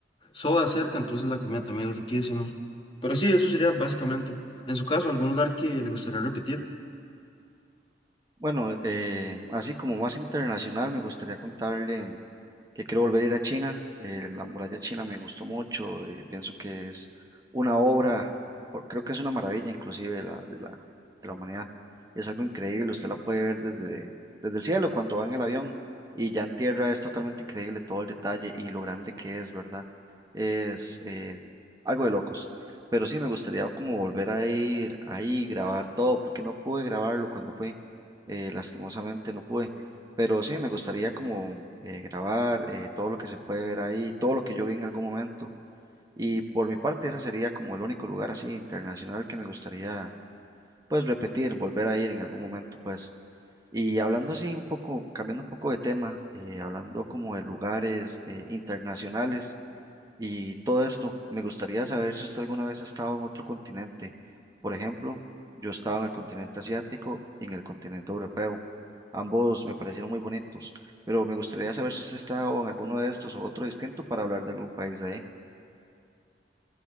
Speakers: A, on the left; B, on the right.
A: sodas cerca, entonces la comida también es riquísima. Pero sí, eso sería básicamente. En su caso, ¿algún lugar que le gustaría repetir?
B: Bueno, eh, así como más internacional, me gustaría contarle que quiero volver a ir a China. Eh, la muralla china me gustó mucho. eh, pienso que es una obra, o- creo que es una maravilla inclusive de la, de la, de la humanidad. Es algo increíble. Usted la puede ver desde, desde el cielo cuando va en el avión y ya en tierra es totalmente increíble todo el detalle y lo grande que es, ¿verdad? Es eh, algo de locos. Pero sí, me gustaría como volver a ir ahí, grabar todo, porque no pude grabarlo cuando fui eh, lastimosamente no pude, pero sí, me gustaría como eh, grabar eh, todo lo que se puede ver ahí, todo lo que yo vi en algún momento. Y por mi parte, ese sería como el único lugar así internacional que me gustaría pues repetir, volver a ir en algún momento pues. Y hablando así un poco, cambiando un poco de tema, eh, hablando como de lugares eh, internacionales. Y todo esto, me gustaría saber si usted alguna vez ha estado en otro continente. Por ejemplo, yo estaba en el continente asiático y en el continente europeo. Ambos me parecieron muy bonitos, pero me gustaría saber si usted ha estado en alguno de estos o otro distinto para hablar de algún país de ahí.